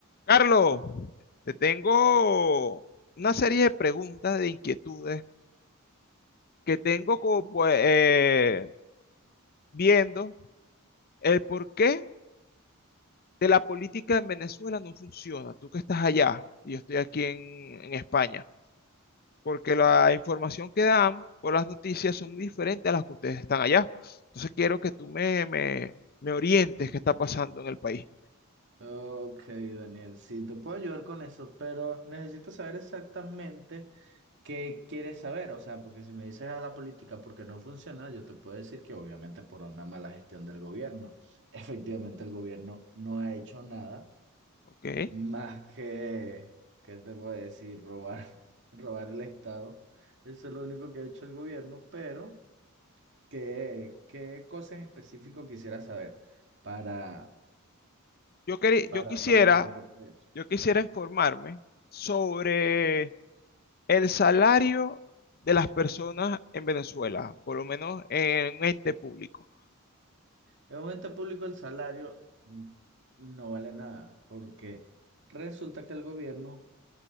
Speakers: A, on the left; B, on the right.
A: Carlos, te tengo una serie de preguntas, de inquietudes que tengo como, pues, eh, viendo el porqué de la política en Venezuela no funciona. Tú que estás allá y yo estoy aquí en, en España, porque la información que dan por las noticias son muy diferentes a las que ustedes están allá. Entonces quiero que tú me, me, me orientes qué está pasando en el país.
B: Ok, Daniel, sí, te puedo ayudar con eso, pero necesito saber exactamente qué quieres saber. O sea, porque si me dices a la política porque no funciona, yo te puedo decir que obviamente por una mala gestión del gobierno. <laughs> Efectivamente, el gobierno no ha hecho nada
A: ¿ok?
B: más que, ¿qué te puedo decir? Robar, <laughs> robar el Estado. Eso es lo único que ha hecho el gobierno, pero ¿qué, qué cosa en específico quisieras saber para,
A: Yo, queri-
B: para,
A: yo quisiera,
B: para responderte eso?
A: yo quisiera informarme sobre El salario de las personas en Venezuela, por lo menos en un ente público.
B: En un ente público el salario n- no vale nada, porque resulta que el gobierno